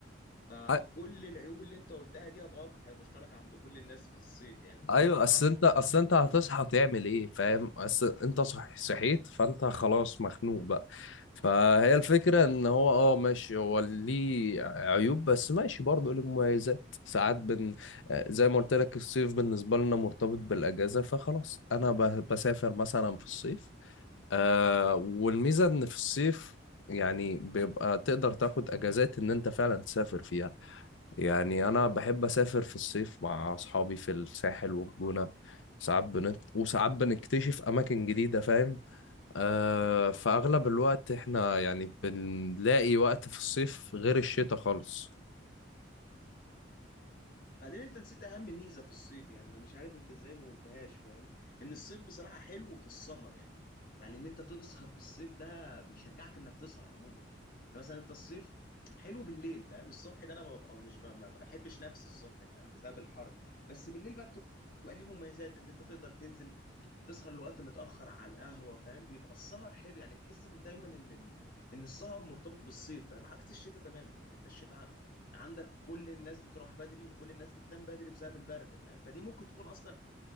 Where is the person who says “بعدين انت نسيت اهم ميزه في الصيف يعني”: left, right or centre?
Left